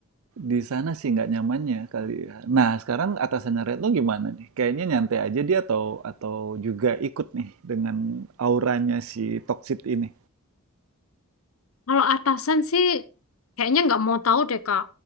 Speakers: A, on the right; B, on the left.
A: Di sana sih nggak nyamannya kali ya. Nah, sekarang atasannya Retno gimana nih? Kayaknya nyantai aja dia atau atau juga ikut nih dengan auranya si toksit ini.
B: Kalau atasan sih kayaknya nggak mau tahu deh Kak.